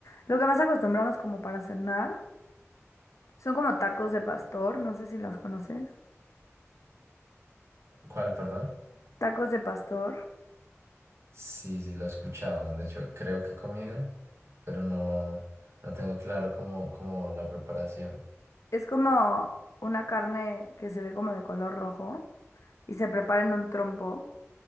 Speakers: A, on the left; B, on the right.
A: Lo que más acostumbramos como para cenar son como tacos de pastor, no sé si los conoces.
B: ¿Cuál, perdón?
A: Tacos de pastor.
B: Sí, sí, lo he escuchado. De hecho, creo que he comido, pero no, no tengo claro cómo, cómo la preparación.
A: Es como una carne que se ve como de color rojo y se prepara en un trompo.